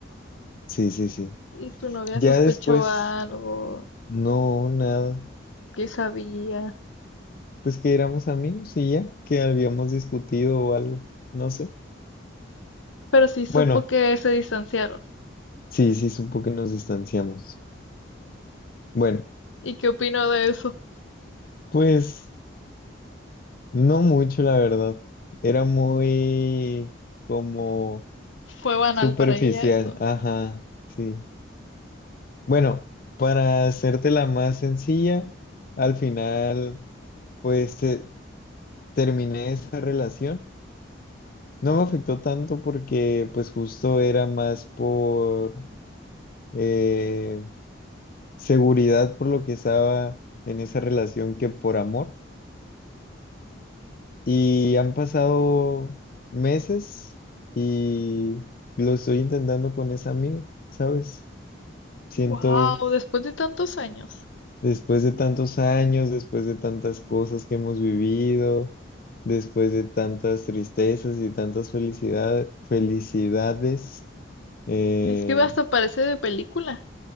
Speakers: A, on the left; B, on the left.
A: sí, sí, sí.
B: Y tu novia
A: Ya
B: sospechó
A: después,
B: algo,
A: no, nada.
B: que sabía.
A: Pues que éramos amigos y ya, que habíamos discutido o algo, no sé.
B: Pero sí supo
A: Bueno,
B: que se distanciaron.
A: sí, sí, supo que nos distanciamos. Bueno,
B: ¿Y qué opinó de eso?
A: pues no mucho, la verdad. Era muy como
B: Fue banal
A: superficial,
B: para ella eso.
A: ajá, sí. Bueno, para hacértela más sencilla. Al final Pues te- terminé esa relación. No me afectó tanto porque pues justo era más por eh, seguridad por lo que estaba en esa relación que por amor. Y han pasado meses y lo estoy intentando con esa amiga, ¿sabes? Siento
B: Wow, después de tantos años.
A: Después de tantos años, después de tantas cosas que hemos vivido, después de tantas tristezas y tantas felicidad felicidades, eh,
B: Es que hasta parece de película.